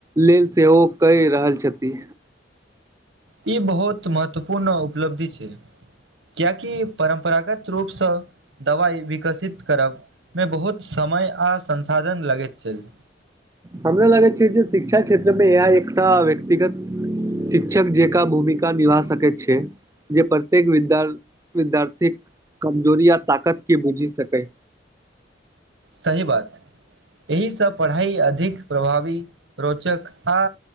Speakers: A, on the right; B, on the right.
A: लेल सेहो कए रहल छथि।
B: ई बहुत महत्वपूर्ण उपलब्धि छै। किएकि परम्परागत रूपसँ दवाइ विकसित करब मे बहुत समय आ संसाधन लगैत छल।
A: हमरा लागे छै जे शिक्षा क्षेत्र में एक आइ एकटा व्यक्तिगत शिक्षक जेकां भूमिका निभा सक कै छै जे प्रत्येक विद्या विद्यार्थीक कमजोरी आ ताकत के बुझि सकै।
B: सही बात एहिसँ पढ़ाइ अधिक प्रभावी रोचक आ